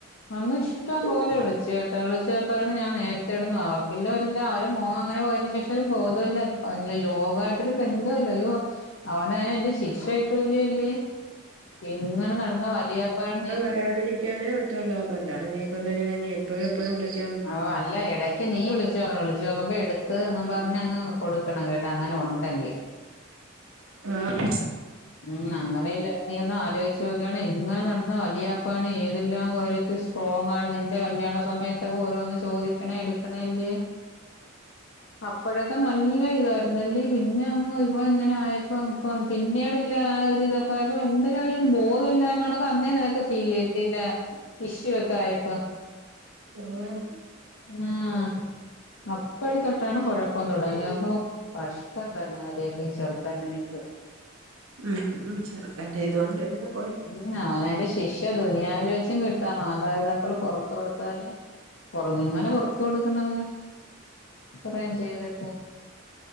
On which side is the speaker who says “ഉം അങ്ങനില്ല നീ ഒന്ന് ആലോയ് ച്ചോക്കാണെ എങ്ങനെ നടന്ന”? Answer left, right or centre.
Left